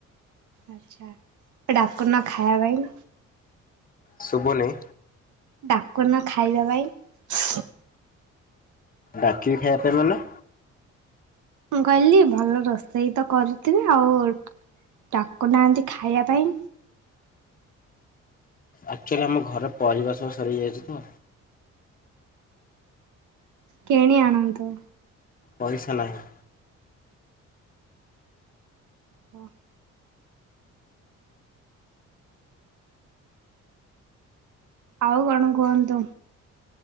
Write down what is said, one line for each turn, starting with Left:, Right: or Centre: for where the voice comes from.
Right: ଆଛା ଡାକୁନା ଖାଇବା ପାଇଁ
Left: ସୁବୁ ନେଇଁ
Right: ଡାକୁନା ଖାଇବା ପାଇଁ
Left: ଡାକିବି ଖାଇବା ପାଇଁ ମାନେ
Right: ମୁଁ କହିଲି ଭଲ ରୋଷେଇ ତ କରୁଥିବେ ଆଉ ଡାକୁ ନାହାନ୍ତି ଖାଇବା ପାଇଁ।
Left: ଆଚୁଆଲି ଆମ ଘରେ ପରିବା ସବୁ ସରିଯାଇଛି ତ।
Right: କିଣି ଆଣନ୍ତୁ।
Left: ପଇସା ନାହିଁ।
Right: ହଁ। ଆଉ କଣ କୁହନ୍ତୁ?